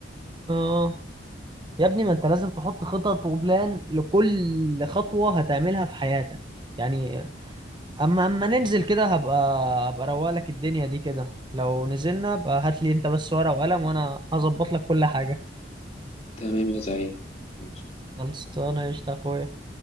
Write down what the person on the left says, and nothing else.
تمام يا زعيم ماشي.